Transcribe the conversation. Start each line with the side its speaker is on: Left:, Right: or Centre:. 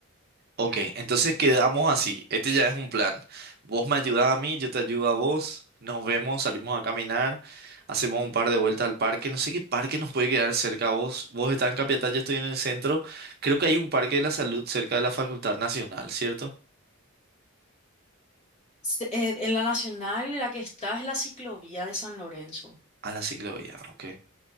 Right: Ok, entonces quedamos así. Este ya es un plan. Vos me ayudás a mí, yo te ayudo a vos. Nos vemos, salimos a caminar, hacemos un par de vueltas al parque. No sé qué parque nos puede quedar cerca a vos. Vos estás en Capiatá, yo estoy en el centro. Creo que hay un parque de la salud cerca de la Facultad Nacional, ¿cierto?
Left: Se- eh, en la nacional, la que está es la ciclovía de San Lorenzo.
Right: A la ciclovía, ok.